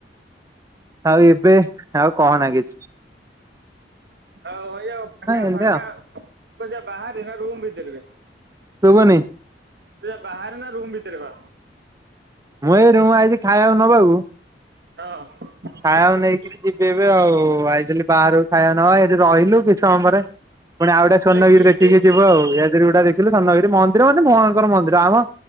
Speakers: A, on the right (about 20°); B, on the right (about 65°).
A: ଆଉ ଏବେ ଆଉ କହନା କିିଛି।
B: ଆଉ ଓୟୋ ଫାଙ୍କ
A: ଏମିତି
B: ଫାଙ୍କା
A: ଆଉ
B: ମଜା ବାହାର ରୁମ ଭିତରେ ବେ?
A: ଶୁବୁନି।
B: ସେ ଯେ ବାହାରେ ନା ରୁମ୍ ଭିତରେ ବା?
A: ମୁଁ ଏଇ ରୁମ ଆଇଛି ଖାଇବାକୁ ନବାକୁ।
B: ହଁ।
A: ଖାଇବାକୁ ନେଇକରି
B: କି-
A: ଯିବି ଏବେ ଆଉ ଆଇଲିଥିଲି ବାହାରକୁ ଖାଇବା ନବା ପାଇଁ ଏଠି ରହିଲୁ କିଛି ସମୟ ପରେ। ପୁଣି ଆଉ ଗୋଟେ ସ୍ୱର୍ଣ୍ଣଗିରି
B: ଏ କି-
A: ଦେଖିକି
B: କିଏ କିଏ
A: ଯିବୁ ଆଉ <unintelligible> ରେ ଗୁଟା ଦେଖି ସ୍ୱର୍ଣ୍ଣଗିରି ମନ୍ଦିର ମାନେ ଭୟଙ୍କର ମନ୍ଦିର ଆମ